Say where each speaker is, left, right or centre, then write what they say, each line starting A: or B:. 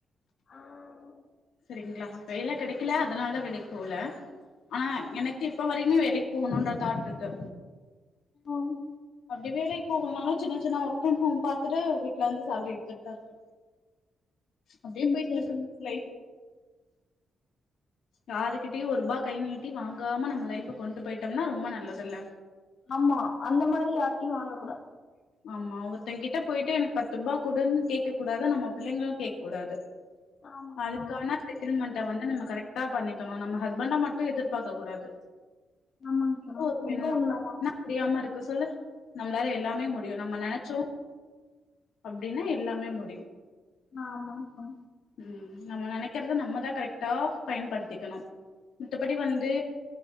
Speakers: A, on the left; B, on the left.
A: ஆம்
B: சேரிங்ளா வேல கெடக்கில அதனாலதா வேலைக்கு போல ஆனா எனக்கு இப்ப வரைக்குமே வேலைக் போகணுன்ற தாட்ருக்கு
A: ஆம்
B: அப்டி வேலைக் போகலனாலு சின்ன சின்ன ஒர்க் ஃப்ரம் ஹோம் பாத்துட்டு வீட்ல இருந்து ஸேல்ட்ரி எடுத்துட்தா இருக்கே அப்டியே
A: ம்
B: பேயிட்டு
A: சேரிங்கக்கா
B: இருக்கு லைஃப் யாருகிட்டயு ஒருபா கை நீட்டி வாங்காம நம்ம லைஃப்ப கொண்டு போய்ட்டோம்னா ரொம்ப நல்லதுல
A: ஆமா அந்த மாரி யார்ட்டையு வாங்க கூடா
B: ஆமா ஒருத்தங்கிட்ட போய்ட்டு எனக்கு பத்து ரூபா குடுன்னு கேக்க கூடாது நம்ம பிள்ளைங்களு கேக் கூடாது
A: ஆமாக்கா
B: அதுக்கான செட்டில்மெண்ட்ட வந்து நம்ம கரெக்டா பண்ணிக்கனு நம்ம ஹஸ்பண்ட மட்டு எதிர்பாக்க கூடாது
A: ஆமாங்க்கா
B: <inaudible>
A: அது உண்மதா
B: அப்டியாம இருக்கு சொல்லு நம்ளாலே எல்லாமே முடியு நம்ம நெனச்சோ அப்டின்னா எல்லாமே முடியு
A: ஆமாக்கா
B: ம் நம்ம நெனைக்கறத நம்மதா கரெக்டா பயன்படுத்திக்கனு மித்தபடி வந்து